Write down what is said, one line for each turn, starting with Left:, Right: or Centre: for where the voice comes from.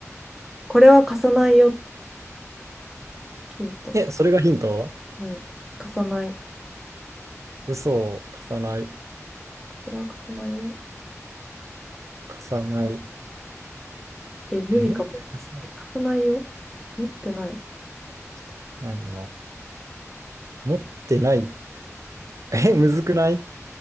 Centre: これは貸さないよ。ヒント。
Right: う。え、それがヒント
Centre: うん。貸さない。
Right: 嘘を重ない、
Centre: これは貸さないよ。
Right: 重ない。
Centre: え、無理かも。
Right: えー優しく
Centre: え貸さないよ。持ってない。
Right: してくれないもの。持ってない <laughs> え、むずくない